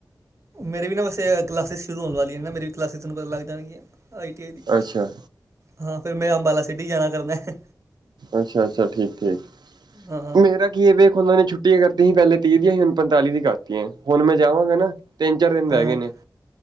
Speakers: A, on the right; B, on the right.
A: ਮੇਰੇ ਵੀ ਨਾ ਵੈਸੇ ਕਲਾਸਿਸ ਸ਼ੁਰੂ ਹੋਣ ਵਾਲੀਆਂ ਨੇ ਨਾ ਮੇਰੀ ਵੀ ਕਲਾਸਿਸ ਤੁੈਨੂੰ ਪਤਾ ਲੱਗ ਜਾਣਗੀਆਂ। ਆਈ ਟੀ ਆਈ ਦੀ
B: ਅੱਛਾ
A: ਹਾਂ ਫੇਰ ਮੈਂ ਅੰਬਾਲਾ ਸਿਟੀ ਜਾਣਾ ਕਰਨਾ। ਹੈ
B: ਅੱਛਾ, ਅੱਛਾ ਠੀਕ ਏ
A: ਹਾਂ ਹਾਂ
B: ਮੇਰੇ। ਕਿ ਇਹ ਵੇਖ ਉਹਨਾਂ ਨੇ ਛੁੱਟੀਆਂ ਕਰਤੀ ਸੀ ਪਹਿਲੇ ਤੀਹ ਦੀਆਂ ਸੀ ਹੁਣ ਪੰਤਾਲੀ ਦੀ ਕਰਤੀਆਂ ਹੁਣ ਮੈਂ ਜਾਵਾਂਗਾ ਨਾ। ਤਿੰਨ ਚਾਰ ਦਿਨ
A: ਹਾਂ
B: ਰਹਿ ਗਏ ਨੇ